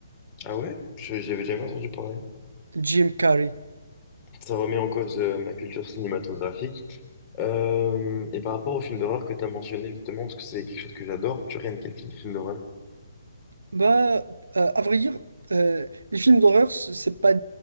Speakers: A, on the left; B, on the right.
A: Ah ouais? Je- J'avais jamais entendu parler.
B: Jim Carrey.
A: Ça remet en cause euh, ma culture cinématographique. Euh, et par rapport au film d'horreur que tu as mentionné justement, parce que c'est quelque chose que j'adore, tu regardes quel type de film d'horreur?
B: Bah, euh, à vrai dire, euh, les films d'horreur, c- c'est pas